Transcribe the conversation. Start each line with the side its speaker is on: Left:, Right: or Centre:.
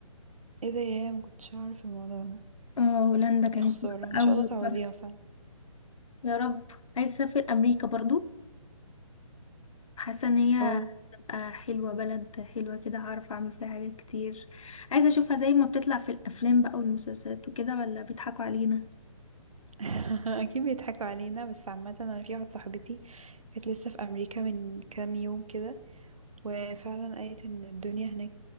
Right: ايه ده يا مكنتش أعرف الموضوع ده
Left: اه هولندا كانت
Right: يا خسارة ان
Left: أول
Right: شاء الله تعوضيها
Left: بس
Right: فعلا
Left: يا رب عايزة أسافر أمريكا برضو حاسة إن هي
Right: اه
Left: تبقى حلوة بلد حلوة كده هعرف أعمل فيها حاجات كتير عايزة أشوفها زي ما بتطلع في الأفلام بقى والمسلسلات وكده ولا بيضحكوا علينا
Right: <laughs> اكيد بيضحكوا علينا بس عامة انا في واحدة صاحبتي كانت لسه في امريكا من كام يوم كده وفعلا قالت ان الدنيا هناك